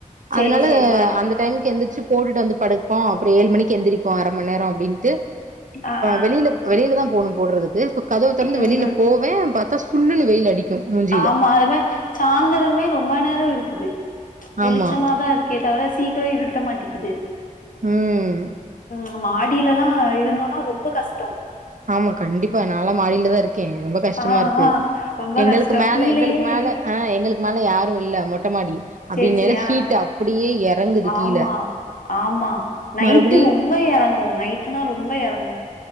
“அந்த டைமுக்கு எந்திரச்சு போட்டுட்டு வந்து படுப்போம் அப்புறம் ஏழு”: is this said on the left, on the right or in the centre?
Right